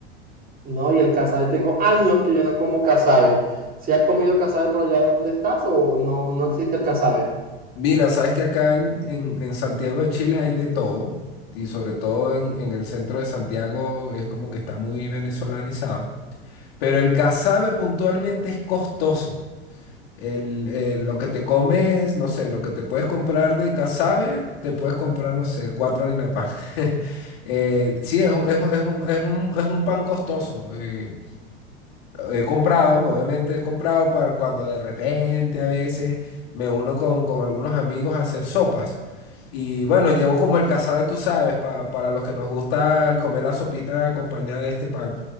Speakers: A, on the right; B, on the left.
A: No, y el casabe, tengo años que yo no como casabe. ¿Si has comido casabe por allá donde estás o no, no existe el casabe?
B: Mira, sabes que acá en, en- en Santiago de Chile hay de todo, y sobre todo en, en el centro de Santiago es como que está muy venezolanizado. Pero el casabe puntualmente es costoso. El, eh, lo que te comes, no sé, lo que te puedes comprar de casabe, te puedes comprar, no sé, cuatro harina pan. <laughs> Eh, sí, es, un- es, un- es un, es un- es un pan costoso. eh, he comprado, obviamente he comprado para cuando de repente a veces me uno con, con algunos amigos a hacer sopas. Y bueno, llevo como el casabe, tú sabes, pa- para los que nos gusta comer la sopita acompañada de este pan.